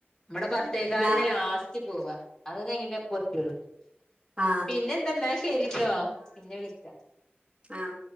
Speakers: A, on the left (about 20°); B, on the right (about 25°).
A: ഇവിടെ പത്തേകാലിന്
B: പിന്നെ
A: ലാസ്റ്റ് പോവ അത് കഴിഞ്ഞിട്ട് <unintelligible>
B: ആ
A: പിന്നെ എന്തെന്നാ ശരിട്ടോ പിന്നെ വിളിക്ക
B: ആഹ്